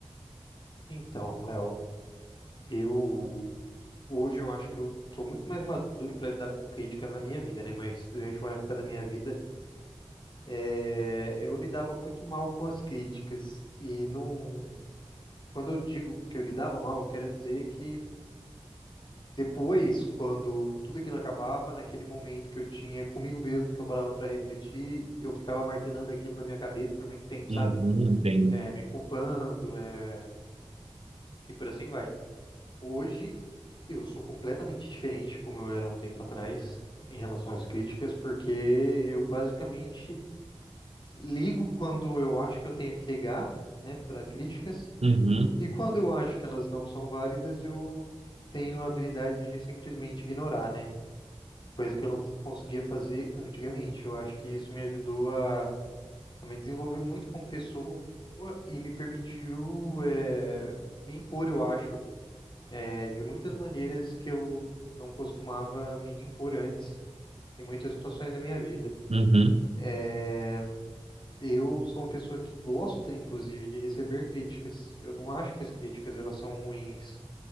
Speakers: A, on the left; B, on the right.
A: Então, Léo, eu hoje eu acho que eu sou muito mais maduro para lidar com críticas na minha vida, né? Mas durante uma época da minha vida, eh, eu lidava muito mal com as críticas e não. Quando eu digo que eu lidava mal, eu quero dizer que depois, quando tudo aquilo acabava, naquele momento que eu tinha comigo mesmo, que eu parava para refletir, eu ficava martelando aquilo na minha cabeça por muito tempo,
B: Uhum,
A: sabe?
B: entendo.
A: Eh, me culpando, eh, e por assim vai. Hoje eu sou completamente diferente como eu era um tempo atrás em relação às críticas, porque eu basicamente ligo quando eu acho que eu tenho que ligar, né, para críticas,
B: Uhum,
A: e quando eu acho que elas não são válidas, eu tenho a habilidade de simplesmente ignorar, né? Coisa que eu não f- conseguia fazer antigamente. Eu acho que isso me ajudou a, a me desenvolver muito como pessoa e me permitiu, eh, me impor, eu acho é, de muitas maneiras que eu não costumava me impor antes, em muitas situações da minha vida.
B: uhum,
A: É, eu sou uma pessoa que gosta, inclusive, de receber críticas. Eu não acho que as críticas elas são ruins,